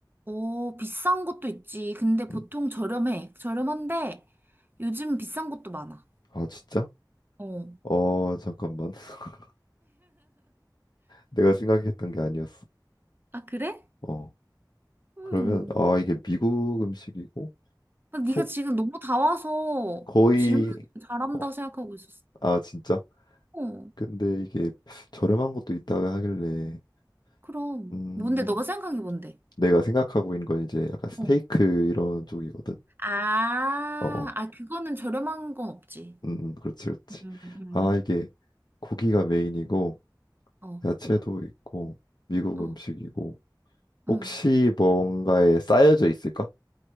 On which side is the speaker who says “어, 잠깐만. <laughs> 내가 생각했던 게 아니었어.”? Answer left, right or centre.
Left